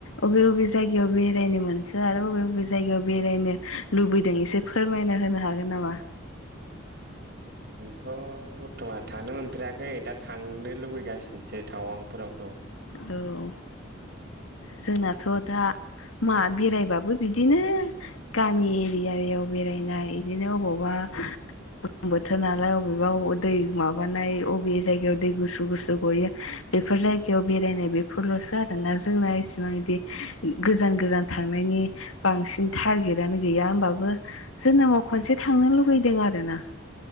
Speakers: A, on the left; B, on the right.
A: अबे अबे जायगायाव बेरायनो मोनखो आरो अबे अबे जायगायाव बेरायनो लु- बैदों एसे फोरमायना होनो हागोन नामा?
B: थ' बर्थ'मान थांनो मोनफेराखै दा थांनो लुबैगासिनोसै टावांफोरावथ'
A: औ जोंनाथ' दा मा बेरायबाबो बिदिनो गामि एरियायाव बेरायनाय बिदिनो अबावबा <unintelligible> गोलोम बोथोर नालाय अबेबा दै माबानाय अबे जायगायाव दै गुसु गुसु गयो बेफोर जाय बेरायनाय बेफोरल'सो आरोना जोंना इसिबां बिदि गोजान गोजान थांनायनि बांसिन टारगेटनो गैया होमबाबो जोनोमाव खनसे थांनो लुुबैदों आरोना